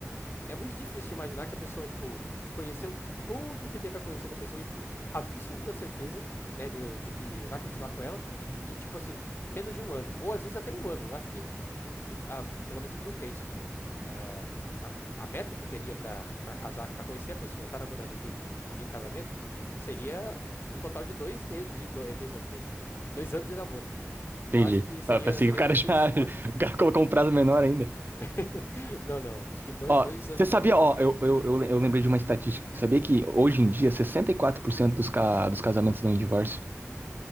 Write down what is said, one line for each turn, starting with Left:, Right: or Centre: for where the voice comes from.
Left: é muito difícil de imaginar que a pessoa, tipo, conheceu tudo que tem pra conhecer da pessoa e tem absoluta certeza, né, de, de que vai continuar com ela em, tipo assim, menos de um ano. Ou às vezes até um ano. Eu acho que, o, o- a- pelo menos o que eu penso, né? Ah, a, a meta que eu teria pra pra casar, pra conhecer a pessoa, estar namorando e, de- e- e pedir casamento, seria um total de dois meses, de do- eh, dois anos, meses, ó. dois anos de namoro, pô.
Right: Entendi.
Left: Eu acho que seria,
Right: Ah, pensei
Left: seria
Right: que o cara
Left: um sweet
Right: já.
Left: spot.
Right: <laughs> O cara colocou um prazo menor ainda.
Left: <laughs> Não, não. Acho que dois,
Right: Ó,
Left: dois anos
Right: você sabia,
Left: de namoro,
Right: ó,
Left: acho que
Right: eu,
Left: é.
Right: eu, eu, eu lembrei de uma estatística. Sabia que hoje em dia 64% dos, ca... dos casamentos não em divórcio?